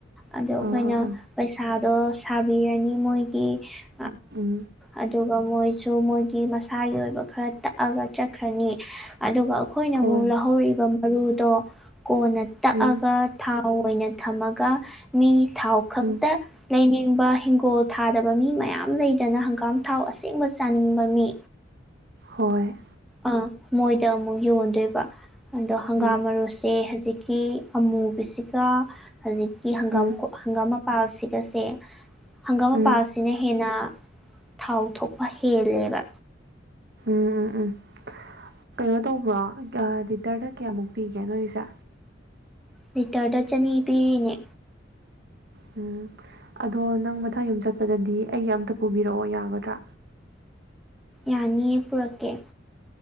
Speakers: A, in the centre; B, on the right (about 60°).
A: ꯑꯗꯣ ꯑꯩꯈꯣꯏꯅ
B: ꯑꯥ ꯑꯥ ꯑꯥ
A: ꯄꯩꯁꯥꯗꯣ ꯁꯥꯕꯤꯔꯅꯤ ꯃꯣꯏ ꯏ
B: ꯎꯝ ꯎꯝ
A: ꯑꯗꯨꯒ ꯃꯣꯏꯁꯨ ꯃꯣꯏꯒꯤ ꯃꯁꯥꯒꯤ ꯑꯣꯏꯕ ꯈꯔ ꯇꯛꯑꯒ ꯆꯠꯈ꯭ꯔꯅꯤ ꯑꯗꯨꯒ ꯑꯩꯈꯣꯏꯅ
B: ꯍꯣꯏ
A: ꯑꯃꯨꯛ ꯂꯧꯍꯧꯔꯤꯕ ꯃꯔꯨꯗꯣ ꯀꯣꯟꯅ ꯇꯛꯑꯒ
B: ꯎꯝ
A: ꯊꯥ ꯊꯥꯎ ꯑꯣꯏꯅ ꯊꯝꯃꯒ ꯃꯤ ꯊꯥꯎ ꯈꯛꯇ
B: ꯎꯝ
A: ꯂꯩꯅꯤꯡꯕ ꯍꯤꯡꯒꯣꯜ ꯊꯥꯗꯕ ꯃꯤ ꯃꯌꯥꯝ ꯂꯩꯗꯅ ꯍꯪꯒꯥꯝ ꯊꯥꯎ ꯑꯁꯦꯡꯕ ꯆꯥꯅꯤꯡꯕ ꯃꯤ
B: ꯍꯣꯏ
A: ꯑꯥ ꯃꯣꯏꯗ ꯑꯃꯨꯛ ꯌꯣꯟꯗꯣꯏꯕ ꯑꯗꯣ ꯍꯪꯒꯥꯝ
B: ꯎꯝ
A: ꯃꯔꯨꯁꯦ ꯍꯖꯤꯛ ꯀꯤ ꯑꯃꯨꯕꯤꯁꯤꯒ ꯍꯧꯖꯤꯛꯀꯤ ꯍꯪꯒꯥꯝ
B: ꯎꯝ
A: ꯀꯣ ꯍꯪꯒꯥꯝ ꯃꯄꯥꯜꯁꯤꯒꯁꯦ ꯍꯪꯒꯥꯝ ꯃꯄꯥꯜꯁꯤ
B: ꯎꯝ
A: ꯁꯤꯅ ꯍꯦꯟꯅ ꯊꯥꯎ ꯊꯣꯛꯄ ꯍꯦꯜꯂꯦꯕ
B: ꯎꯝ ꯎꯝ ꯎꯝ ꯀꯩꯅꯣ ꯇꯧꯕ꯭ꯔꯣ ꯂꯤꯇꯔꯗ ꯀꯌꯥꯃꯨꯛ ꯄꯤꯒꯦ ꯅꯣꯏꯁꯦ
A: ꯂꯤꯇꯔꯗ ꯆꯅꯤ ꯄꯤꯔꯤꯅꯦ
B: ꯎꯝ ꯑꯗꯣ ꯅꯪ ꯃꯊꯪ ꯌꯨꯝ ꯆꯠꯄꯗꯗꯤ ꯑꯩꯒꯤ ꯑꯝꯇ ꯄꯨꯕꯤꯔꯛꯑꯣ ꯌꯥꯒꯗ꯭ꯔꯥ
A: ꯌꯥꯅꯤꯌꯦ ꯄꯨꯔꯛꯀꯦ